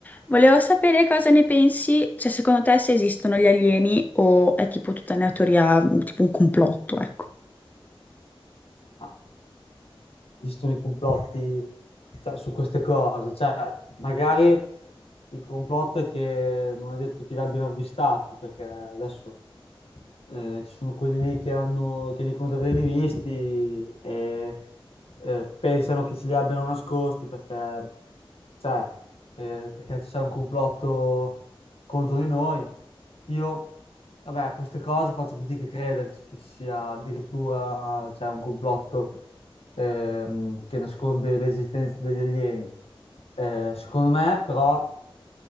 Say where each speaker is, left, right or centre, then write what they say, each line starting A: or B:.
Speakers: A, on the left; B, on the left.
A: Volevo sapere cosa ne pensi, cioè secondo te se esistono gli alieni o è tipo tutta una teoria, tipo un complotto, ecco.
B: ma esistono i complotti, cioè, su queste cose, cioè, magari il complotto è che non è detto che li abbiano avvistati, perché adesso eh, ci sono quelli lì che hanno, che dicono di averli visti e eh, pensano che ce li abbiano nascosti perché, cioè, eh, perché c'è un complotto contro di noi. Io Vabbè, a queste cose faccio fatica a crederci che ci sia addirittura cioè, un complotto ehm, che nasconde l'esistenza degli alieni. Eh, secondo me, però